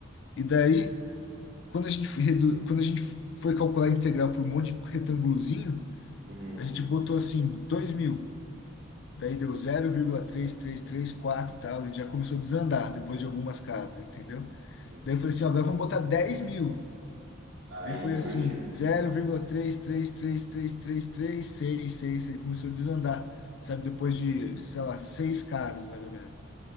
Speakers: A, on the left (about 55°); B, on the right (about 50°).
A: E daí quando a gente, foi redu- quando a gente foi calcular a integral por um monte de retângulozinho,
B: Uhum,
A: a gente botou assim dois mil, daí deu 0,3334 e tal, e já começou a desandar depois de algumas casas, entendeu?
B: uhum.
A: Daí eu falei assim, ó, agora vamos botar dez mil.
B: Aí
A: Daí foi
B: convergiu.
A: assim, zero vírgula três três três três três três seis seis aí começou a desandar, sabe?
B: Uhum,
A: Depois de, sei lá, seis casas mais ou menos.